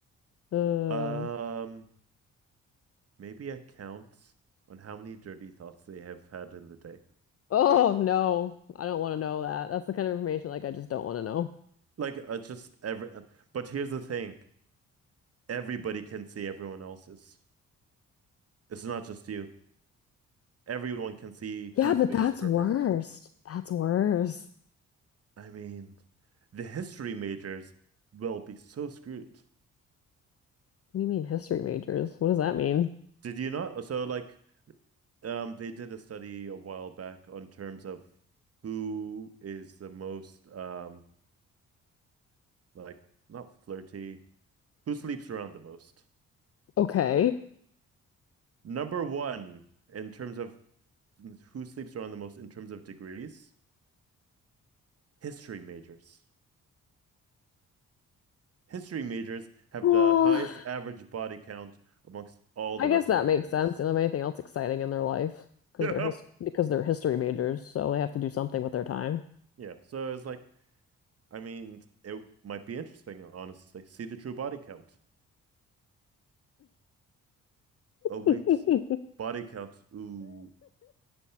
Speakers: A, on the left; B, on the right.
A: Uh,
B: Um, maybe a count on how many dirty thoughts they have had in the day.
A: Oh no, I don't want to know that. That's the kind of information like I just don't want to know.
B: Like, uh, just every, uh, but here's the thing. Everybody can see everyone else's. It's not just you. Everyone can see
A: Yeah,
B: who's
A: but
B: the biggest
A: that's
B: pervert.
A: worst. That's worse.
B: I mean, the history majors will be so screwed.
A: What do you mean history majors? What does that mean?
B: Did you not? So like um they did a study a while back on terms of who is the most um like not flirty, who sleeps around the most.
A: Okay.
B: Number one in terms of who sleeps around the most in terms of degrees, history majors. History majors have
A: Well,
B: the highest average body count amongst all
A: I
B: the
A: guess
B: rest
A: that
B: of the
A: makes
B: majors.
A: sense. They don't have anything else exciting in their life because
B: <laughs>
A: they're his because they're history majors, so they have to do something with their time.
B: Yeah, so it's like I mean, it might be interesting, honestly. See the true body count. Oh wait,
A: <laughs>
B: body count. Ooh,